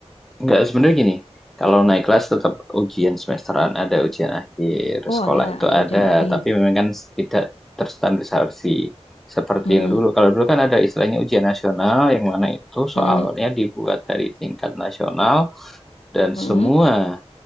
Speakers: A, in the centre; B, on the left (about 65°).
A: Enggak, sebenarnya gini, kalau naik kelas tetap ujian semesteran ada, ujian akhir
B: oh
A: sekolah
B: ada
A: itu
B: ada
A: ada,
B: ujian akhir
A: tapi memang kan tidak terstandarisasi seperti
B: Mm-mm,
A: yang dulu. Kalau dulu kan ada istilahnya ujian nasional, yang mana itu soalnya
B: mm-mm,
A: dibuat dari tingkat nasional dan
B: mm-mm,
A: semua